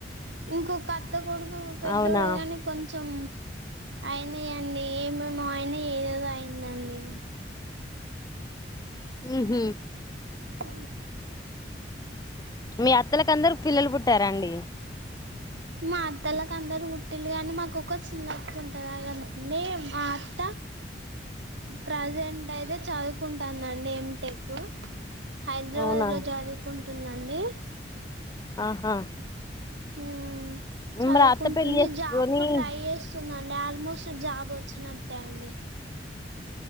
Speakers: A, on the right; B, on the left.
A: ఇంకొక అత్త కొడుకు పెద్దోడు
B: అవునా
A: కానీ కొంచెం అయినియండి ఏమేమో అయినాయి ఏదదో అయిందండి.
B: ఉ హ
A: అ
B: మీ అత్తలకు అందరు పిల్లలు పుట్టారాండి?
A: మా అత్తలకు అందరు గుట్టిలు కాని మాకు ఒక్క చిన్నత్త ఉంటది కాదండి మా అత్త ప్రజెంట్ అయితే చదువుకుంటాందండి ఏమిటెకు హైదరాబాద్
B: అవునా
A: లో చదువుకుంటుందండి
B: ఆహా
A: హు చదువుకుంటుంది
B: మరి అత్త పెళ్లి చేసుకొని
A: జాబ్ కు ట్రై చేస్తుందండి ఆల్మోస్ట్ జాబ్ వచ్చినట్ టాండి